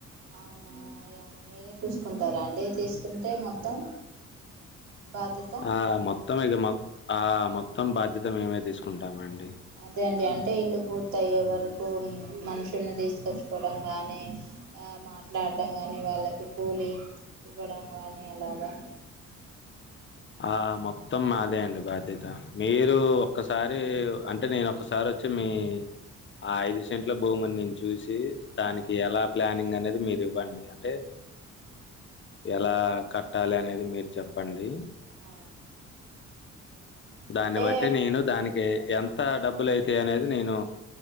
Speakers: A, on the right; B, on the left.
A: అవునా మీరే చూసుకుంటారా అండి తీసుకుంటే మొత్తం బాధ్యత
B: ఆ మొత్తం ఇక మొ ఆ మొత్తం బాధ్యత మేమే తీసుకుంటామండి
A: అదే అండి అంటే ఇల్లు పూర్తయ్యే వరకు మనుషుల్ని తీసుకొచ్చుకోవడం గాని ఆ మాట్లాడ ఆడ్డం కానీ వాళ్ళకి కూలి ఇవ్వడం కానీ అలాగా
B: ఆ మొత్తం మాదే అండి బాధ్యత మీరు ఒక్కసారి అంటే నేను ఒక్కసారి వచ్చి మీ ఆ ఐదు సెంట్ల భూముని నేను చూసి దానికి
A: ఆ
B: ఎలా ప్లానింగ్ అనేది అది మీరువ్వండి అంటే ఎలా కట్టాలి అనేది మీరు చెప్పండి
A: ఆ
B: దాన్ని
A: అంటే
B: బట్టి నేను దానికి ఎంత డబ్బులు అయితాయి అనేది నేను